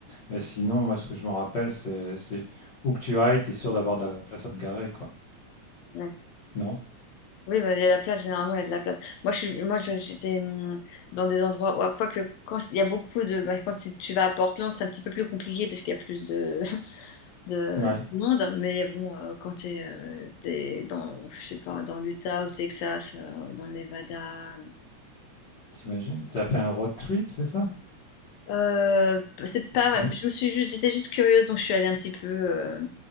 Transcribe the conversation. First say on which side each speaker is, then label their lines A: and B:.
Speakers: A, on the left; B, on the left.
A: mais sinon, moi, ce que je me rappelle, c'est, c'est où que tu ailles, tu es sûr d'avoir de la place à te garer, quoi.
B: Ouais.
A: Non?
B: Oui, bah, il y a de la place, généralement, il y a de la place. Moi, je suis, moi, je- j'étais hum, dans des endroits où, quoique, quand il y a beaucoup de. bah, quand tu tu vas à Portland, c'est un petit peu plus compliqué parce qu'il y a plus de, <laughs> de
A: Ouais.
B: monde. Mais bon, euh, quand tu es dans, je sais pas, dans l'Utah, au Texas, euh, dans le Nevada,
A: T'imagines? T'as fait un road trip, c'est ça?
B: Euh, c'est pas,
A: Non.
B: je me suis juste, j'étais juste curieuse, donc je suis allée un petit peu euh,